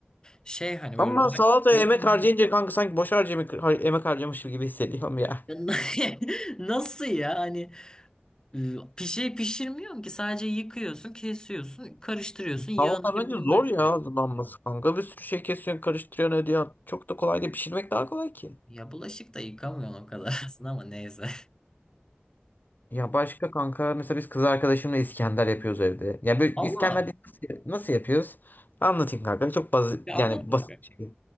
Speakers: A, on the left (about 20°); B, on the left (about 50°).
A: Şey hani böyle
B: Ama
A: özellikle
B: salataya
A: salatanın...
B: emek harcayınca kanka sanki boş harcamak, har- emek harcamışım gibi hissediyorum ya.
A: <laughs> Nasıl ya? hani. Ee, Bir şey pişirmiyorsun ki sadece yıkıyorsun, kesiyorsun, karıştırıyorsun, yağını
B: Salata
A: limonunu.
B: bence zor ya hazırlanması kanka. Bir sürü şey kesiyorsun, karıştırıyorsun, ediyorsun. Çok da kolay değil. Pişirmek daha kolay ki.
A: Ya bulaşık da yıkamıyorsun o kadar <laughs> aslında ama neyse.
B: Ya başka kanka mesela biz kız arkadaşımla İskender yapıyoruz evde. Ya böyle
A: Allah.
B: İskender biz nasıl, nasıl yapıyoruz? Anlatayım kanka. Çok basit
A: Ya
B: yani
A: anlat bakayım.
B: basit bir şey.